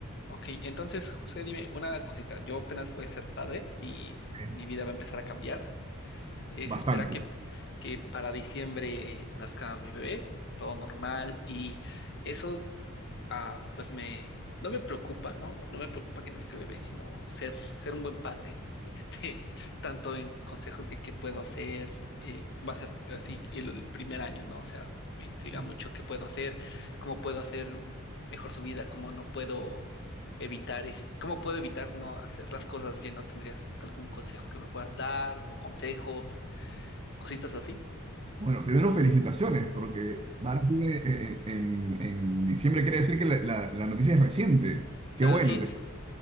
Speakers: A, on the left (about 55°); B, on the right (about 25°).
A: Ok, entonces, José, dime una cosita. Yo apenas voy a ser padre, mi,
B: Sí,
A: mi vida va a empezar a cambiar. Eh, se
B: Bastante.
A: espera que, que para diciembre nazca mi bebé, todo normal. Y eso ah, pues me, no me preocupa, ¿no? No, no me preocupa que nazca el bebé, sino ser, ser un buen padre, este, <laughs> tanto en consejos de qué puedo hacer, eh, va a ser así el, el primer año, ¿no? O sea, me intriga
B: ¿no?
A: mucho qué puedo hacer, cómo puedo hacer mejor su vida, cómo no puedo evitar, es- cómo puedo evitar no hacer las cosas bien, ¿no? ¿Tendrías algún consejo que me puedas dar o consejos, cositas así?
B: Bueno, primero felicitaciones, porque Barak viene, eh, eh, en, en diciembre quiere decir que la, la- la noticia es reciente. Qué
A: Así
B: bueno,
A: es,
B: te,